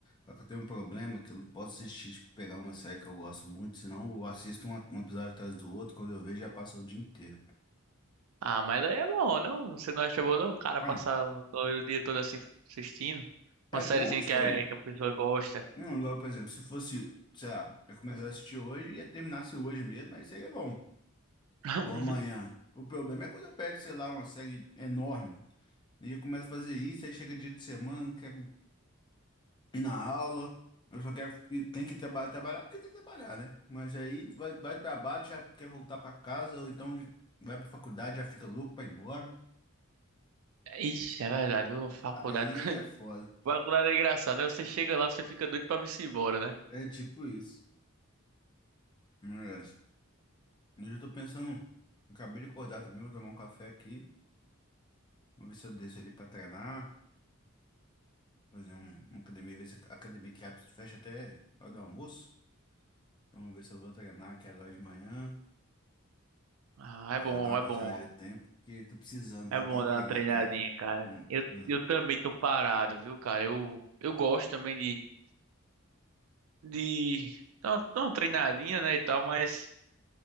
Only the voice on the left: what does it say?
Só que eu tenho um problema que eu não posso assistir, tipo, pegar uma série que eu gosto muito, senão eu assisto um, um episódio atrás do outro, quando eu vejo já passa o dia inteiro.
Mano,
é
bom, tipo,
não, igual, por exemplo, se fosse, sei lá, eu começar a assistir hoje e ia terminasse hoje mesmo, aí seria bom.
Ou amanhã. O problema é quando eu pego, sei lá, uma série enorme, e eu começo a fazer isso, aí chega dia de semana, eu não quero. ir na aula. Eu só quero. e Tem que trabalhar, trabalhar porque tem que trabalhar, né? Mas aí vai, vai pro trabalho, já quer voltar pra casa, ou então vai pra faculdade, já fica louco pra ir embora.
Aí
é foda.
É tipo isso. Mas, hoje eu tô pensando. Acabei de acordar também, vou tomar um café aqui. Vou ver se eu desço ali pra treinar. Fazer um, uma academia, ver se a academia que abre, fecha até a hora do almoço. Então, vou ver se eu vou treinar, que é agora de manhã.
Pra
já dar uma
passada
de tempo, porque tô precisando
voltar
a treinar,
cara.
Hum,
não.